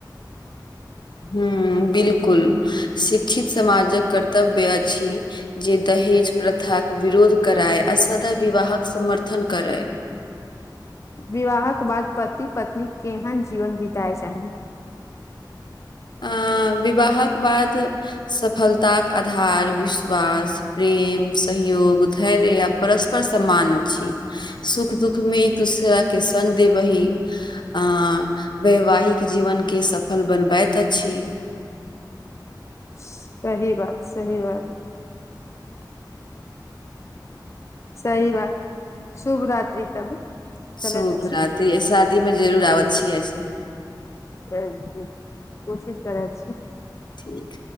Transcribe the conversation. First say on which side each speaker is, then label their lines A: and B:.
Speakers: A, on the left; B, on the left.
A: हू बिलकुल शिक्षित समाजक कर्तव्य अछि जे दहेज प्रथाक के विरोध कराय आ सदा विवाहक समर्थन करै
B: विवाहक बाद पति पत्नी केहन जीवन बीताय चाही
A: अ विवाहक बाद सफलताक आधार विश्वास प्रेम सहयोग धैर्य आ परस्पर सम्मान अछि सुख दुःख में एक दूसरा के सग दे बही आ वैवाहिक जीवन के सफल बनबैत अछि
B: सही बात सही बात सही बात शुभ रत्रि तब चलैत
A: शूभराति
B: अछि
A: शादीमें जरूर आबे छैियै
B: जी कोशिश करै छी
A: ठीक